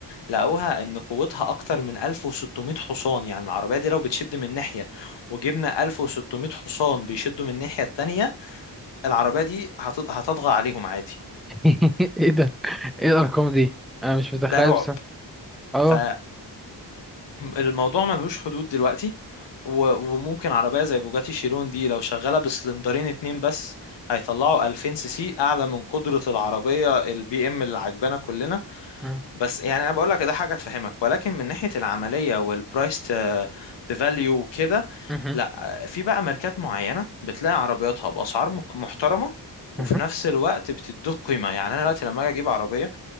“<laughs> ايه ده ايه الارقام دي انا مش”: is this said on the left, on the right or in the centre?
Centre